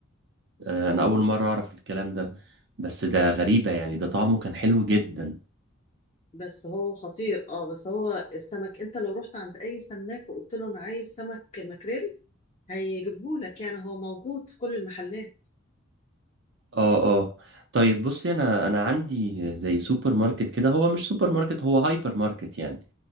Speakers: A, on the right; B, on the left.
A: آه، أنا أول مرة أعرف الكلام ده بس ده غريبة يعني ده طعمه كان حلو جدا
B: بس هو خطير اه بس هو السمك انت لو رحت عند اي سماك وقلت له انا عايز سمك ماكريل هيجيبهولك يعني هو موجود في كل المحلات
A: آه آه طيب بصي أنا أنا عندي زي سوبر ماركت كده هو مش سوبر ماركت هو هايبر ماركت يعني